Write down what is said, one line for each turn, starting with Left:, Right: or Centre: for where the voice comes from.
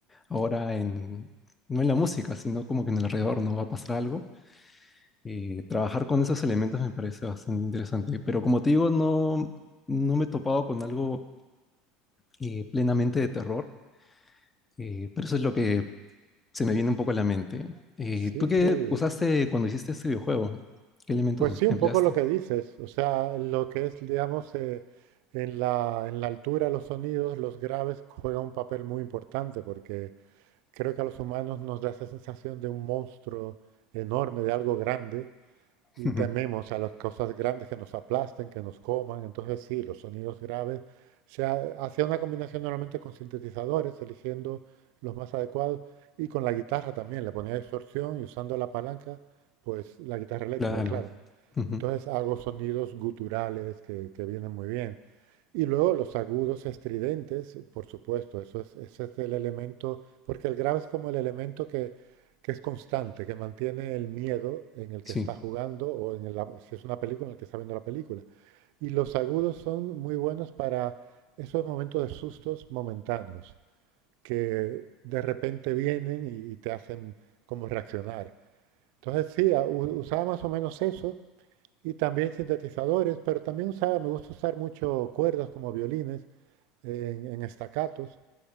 Left: ahora en, no en la música, sino como que en el alrededor no va a pasar algo? Eh, trabajar con esos elementos me parece bastante interesante, pero como te digo, no, no me he topado con algo eh, plenamente de terror Eh, pero eso es lo que se me viene un poco a la mente. Eh,
Right: sí,
Left: ¿tú qué
Right: sí.
Left: usaste cuando hiciste este videojuego? ¿Qué elementos
Right: Pues
Left: us-
Right: sí, un
Left: empleaste?
Right: poco lo que dices. O sea, lo que es, digamos, eh, en la, en la altura, los sonidos, los graves juegan un papel muy importante porque creo que a los humanos nos da esa sensación de un monstruo enorme, de algo grande,
Left: <laughs>
Right: Y
Left: Ujú,
Right: tememos a las cosas grandes que nos aplasten, que nos coman. Entonces sí, los sonidos graves. Se ha- hacía una combinación normalmente con sintetizadores, eligiendo los más adecuados, y con la guitarra también. Le ponía distorsión y usando la palanca, pues la guitarra eléctrica,
Left: Claro.
Right: claro.
Left: Ujú,
Right: Entonces hago sonidos guturales que, que vienen muy bien. Y luego los agudos estridentes, por supuesto, eso es, ese es el elemento, porque el grave es como el elemento que, que es constante, que mantiene el miedo en el
Left: Sí.
Right: que está jugando o en el, si es una película en el que está viendo la película. Y los agudos son muy buenos para esos momentos de sustos momentáneos, que de repente vienen y, y te hacen como reaccionar. Entonces sí, usaba más o menos eso y también sintetizadores, pero también usaba, me gusta usar mucho cuerdas como violines eh, en, en estacatos,